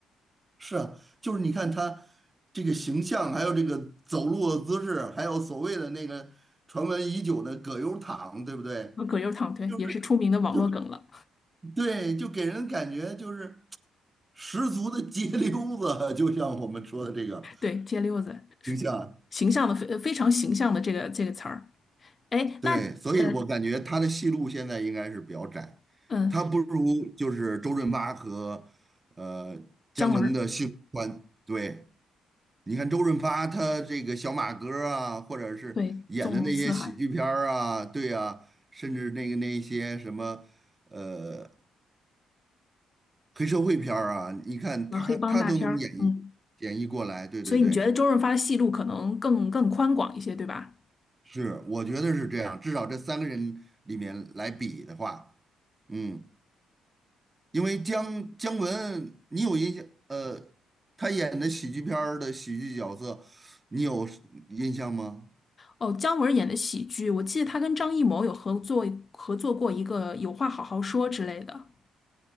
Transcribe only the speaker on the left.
葛优躺，对，
也是出名的网络梗了。
对，街溜子，
形象的非非常形象的这个这个词儿。哎，
那呃
嗯，
姜文儿，
对，纵横四海，
呃，黑帮大片儿，嗯，
所以你觉得周润发的戏路可能更更宽广一些，对吧？
哦，姜文演的喜剧，我记得他跟张艺谋有合作合作过一个《有话好好说》之类的。